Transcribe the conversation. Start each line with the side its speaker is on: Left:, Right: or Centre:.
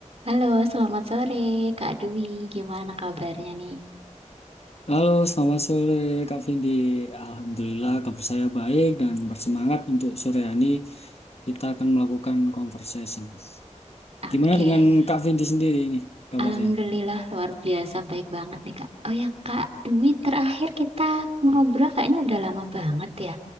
Right: Halo, selamat sore Kak Dwi. Gimana kabarnya nih?
Left: Halo, selamat sore Kak Vindi. Alhamdulillah kabar saya baik dan bersemangat untuk sore hari ini kita akan melakukan conversation.
Right: Oke,
Left: Gimana dengan Kak Vindi sendiri ini kabarnya?
Right: Alhamdulillah luar biasa baik banget nih Kak. Oh ya Kak Dwi, terakhir kita ngobrol
Left: Baik.
Right: kayaknya udah lama banget ya.